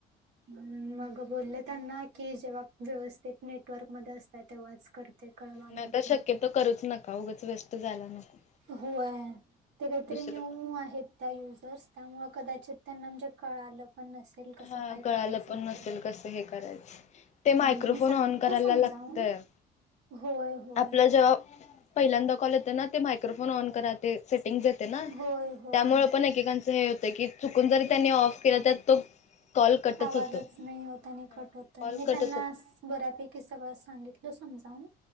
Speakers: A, on the right; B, on the left.
A: हमम, मग बोलले त्यांना, की जेव्हा व्यवस्थित नेटवर्क मध्ये असतात, तेव्हाच कर ते कॉल हा म्हटल,
B: नाही तर शक्यतो करूच नका उगच वेस्ट जायला नको.
A: होय. ते काहीतरी
B: दुसरं
A: न्यू
B: कोण
A: आहेत. त्या युजर्स त्यामुळ कदाचित त्यांना म्हणजे कळालं पण नसेल कसं
B: हा
A: करायचं
B: कळालं पण
A: हाय
B: नसेल
A: ते
B: कसं हे करायचं ते मायक्रोफोन
A: म्हणजे मी सांगितलं
B: ऑन करायला
A: समजावून
B: लागतंय.
A: होय होय
B: आपलं जे पहिल्यांदा कॉल येतं ना ते मायक्रोफोन ऑन करत ते सेटिंग जाते ना त्यामुळे
A: होय होय.
B: पण एकेकच हे होतं की चुकून जरी त्यांनी ऑफ केलं तर तो कॉल कटच
A: आवाजच
B: होतो.
A: नाही होत आणि
B: हा
A: कट होतय
B: कॉल
A: मी
B: कटच
A: त्यांना
B: होतो
A: बऱ्यापैकी सगळ सांगितलं समजाून,